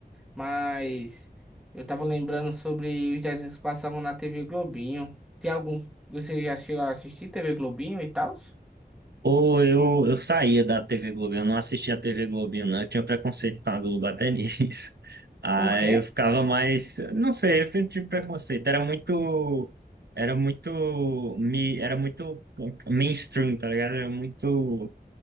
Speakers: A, in the centre; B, on the right.
A: mas eu tava lembrando sobre os desenhos que passavam na TV Globinho. Tem algum. Você já chegou a assistir TV Globinho e tal?
B: Ou eu, eu saía da TV Globo, eu não assistia a TV Globo, não. Eu tinha preconceito com a Globo até nisso. <laughs> Aí
A: Por quê?
B: eu ficava mais. Não sei, eu sempre tive preconceito. Era muito. Era muito. me- Era muito mainstream, tá ligado? Era muito